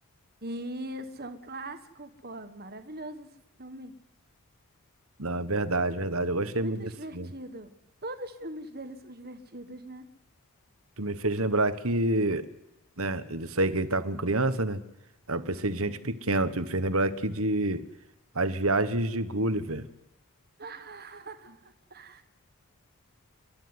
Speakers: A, on the right; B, on the right.
A: Isso, é um clássico, pô. Maravilhoso esse filme.
B: Não, é verdade, verdade. Eu gostei
A: Muito
B: muito desse
A: divertido.
B: filme.
A: Todos os filmes dele são divertidos, né?
B: Tu me fez lembrar que, né, disso aí que ele tá com criança, né? Aí Eu pensei de gente pequena. Tu me fez lembrar aqui de As Viagens de Gulliver.
A: <laughs>